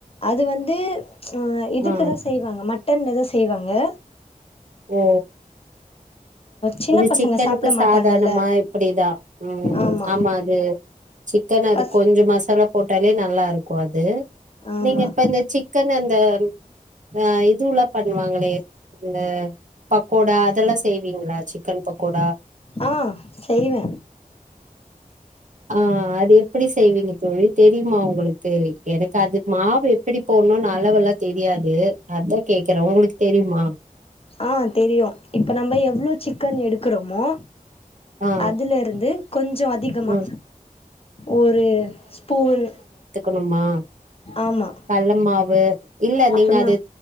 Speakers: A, on the left (about 40°); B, on the right (about 60°).
A: அது வந்து ச் ஆஹ் இதுக்குதான்
B: ஆ
A: செய்வாங்க மட்டன்லதான் செய்வாங்க
B: ஓ
A: சின்ன
B: இது
A: பசங்க
B: சிக்கனுக்கு
A: சாப்பிட மாட்டாங்கல்ல
B: சாதாரணமா இப்படிதா உம்
A: ஆமாம்
B: ஆமா அது சிக்கன் அது
A: பஸ்
B: கொஞ்ச மசாலா போட்டாலே நல்லா இருக்கு அது
A: ஆமாம்
B: நீங்க இப்ப இந்த சிக்கன் அந்த ஆஹ் இதுல்லாம் பண்ணுவாங்களே அந்த பக்கோடா அதெல்லாம் செய்வீங்களா சிக்கன் பக்கோடா
A: ஆ செய்வே
B: ஆ அது எப்டி செய்வீங்க தோழி தெரியுமா உங்களுக் தே எனக்கு அது மாவு எப்டி போடணும்னு அளவெல்லா தெரியாது அத்தா கேக்குறே உங்களுக்கு தெரியுமா
A: ஆஹ் தெரியு இப்ப நம்ம எவ்ளோ சிக்கன் எடுக்குறோமோ
B: ஆ
A: அதுல இருந்து கொஞ்ச அதிகமா
B: ம்
A: ஒரு ஸ்பூன்
B: கொணுமா
A: ஆமாம்
B: கள்ள மாவு வு இல்ல
A: அப்புறமா
B: நீங்க அது